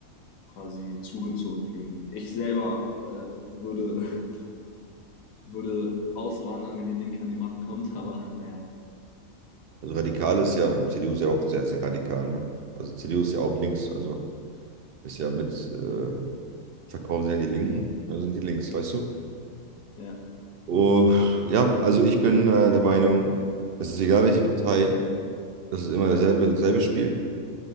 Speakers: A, on the left (about 75°); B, on the right (about 60°).
A: quasi zugezogen fühlen. Ich selber äh, würde, <laughs> würde auswandern, wenn die Linke an die Macht kommt, aber <laughs> naja,
B: Also radikal ist ja, CDU ist ja auch sehr, sehr radikal, ne? Also CDU ist ja auch links, also ist ja mit, äh, verkaufen sie an die Linken, also sind die links, weißt du?
A: ja,
B: Oh, ja, also ich bin äh, der Meinung, es ist egal, welche Partei, das ist immer dasselbe, dasselbe Spiel.